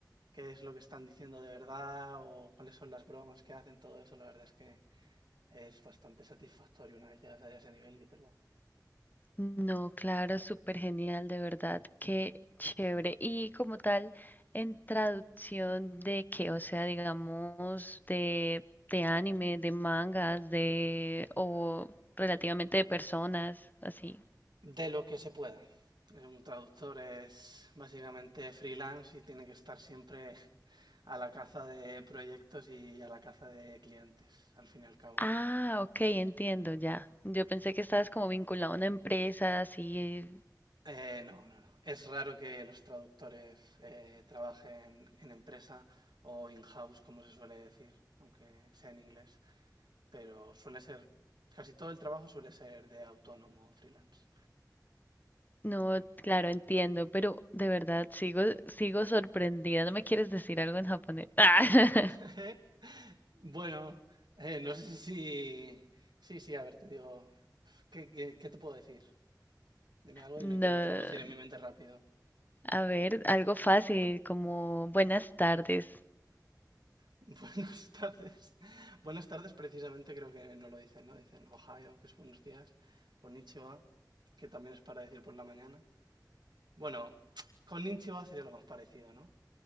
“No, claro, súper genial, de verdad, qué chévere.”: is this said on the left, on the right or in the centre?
Left